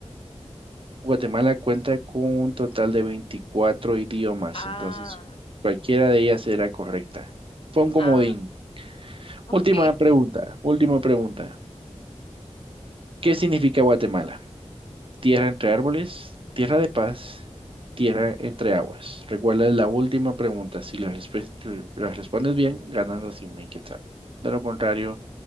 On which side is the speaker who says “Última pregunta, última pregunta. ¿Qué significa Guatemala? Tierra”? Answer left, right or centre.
Right